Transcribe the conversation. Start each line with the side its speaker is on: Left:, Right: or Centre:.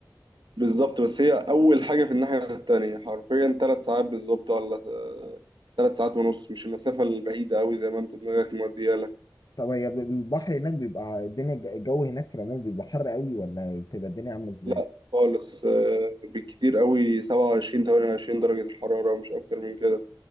Right: بالظبط بس هي اول حاجة في الناحية التانية حرفيا ثلاث ساعات بالظبط ولا ثلاث ساعات ونص مش المسافة البعيدة قوي زي ما انت دماغك مودية لك
Left: طب هي البحر هناك بيبقى الدنيا الجو هناك في العموم بيبقى حر قوي ولا بتبقى الدنيا عامله ازاي؟
Right: لا خالص آه، بالكتير قوي 27 28 درجة الحرارة مش اكتر من كده